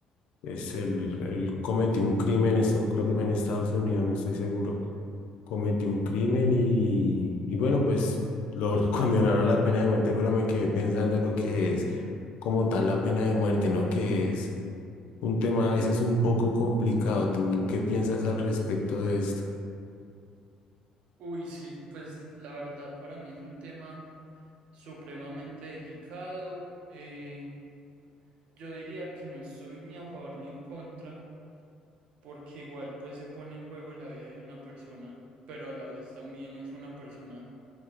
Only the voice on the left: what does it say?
Es el, él cometió un crimen, eso creo que fue en Estados Unidos, no estoy seguro. cometió un crimen y, y bueno, pues lo, <laughs> lo condenaron a la pena de muerte, pero me quedé pensando lo que es como tal la pena de muerte, ¿no? Que es un tema a veces un poco complicado. ¿Tú qué piensas al respecto de esto?